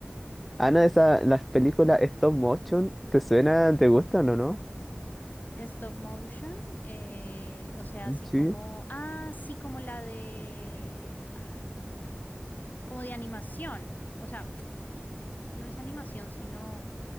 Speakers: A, in the centre; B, on the left (about 45°).
A: Ana, esa, las películas stop motion, ¿te suenan? ¿Te gustan o no?
B: Stop motion, eh, o sea, así
A: Sí,
B: como, ah, sí, como la de... ah, como de animación. O sea, no es animación, sino,